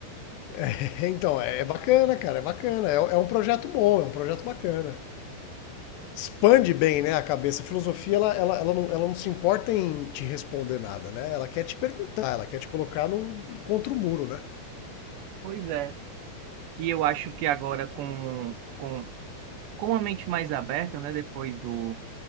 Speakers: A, on the left (about 80°); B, on the right (about 85°).
A: <laughs> Então, é, é bacana, cara, é bacana. É, é um projeto bom, é um projeto bacana. Expande bem, né, a cabeça. A filosofia, ela, ela, ela, não, ela não se importa em te responder nada, né? Ela quer te perguntar, ela quer te colocar no, contra o muro, né?
B: Pois é. E eu acho que agora com, com, com a mente mais aberta, né, depois do,